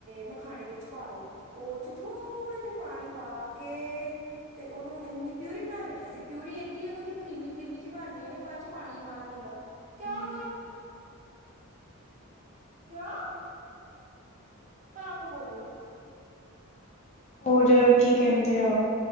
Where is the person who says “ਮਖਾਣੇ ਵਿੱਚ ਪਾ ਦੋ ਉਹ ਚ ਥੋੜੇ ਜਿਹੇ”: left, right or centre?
Right